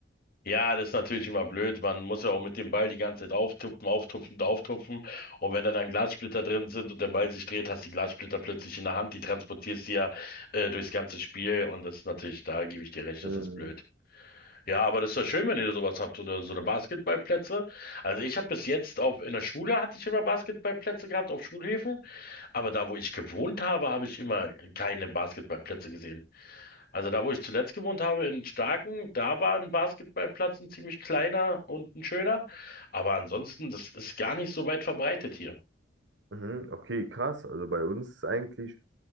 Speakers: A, on the left (about 50°); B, on the right (about 70°).
A: Ja, das ist natürlich immer blöd. Man muss ja auch mit dem Ball die ganze Zeit auftupfen, auftupfen und auftupfen. Und wenn da dann Glassplitter drin sind und der Ball sich dreht, hast du die Glassplitter plötzlich in der Hand. Die transportierst du ja äh, durchs ganze Spiel. Und das ist natürlich, da gebe ich dir recht,
B: Mhm.
A: das ist blöd. Ja, aber das ist ja schön, wenn ihr sowas habt, so eine, so eine Basketballplätze. Also ich habe bis jetzt auch in der Schule hatte ich immer Basketballplätze gehabt auf Schulhöfen. Aber da, wo ich gewohnt habe, habe ich immer keine Basketballplätze gesehen. Also da, wo ich zuletzt gewohnt habe, in Starken, da war ein Basketballplatz ein ziemlich kleiner und ein schöner. Aber ansonsten, das ist gar nicht so weit verbreitet hier.
B: Mhm, okay, krass. Also bei uns ist eigentlich